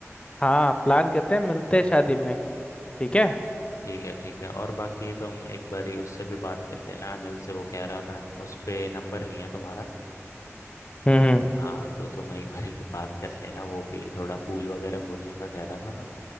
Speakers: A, on the left; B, on the left.
A: हाँ प्लान करते हैं मिलते हैं शादी में ठीक है
B: ठीक है ठीक है और बाकी तुम एक बार ही उससे भी बात कर लेना अनिल से वो कह रहा था उस पे नंबर नहीं है तुम्हारा
A: हम्म हम्म,
B: तो हाँ तो तुम एक बारी की बात कर लेना वो भी थोड़ा पूल वगैरह खोलने का कह रहा था ना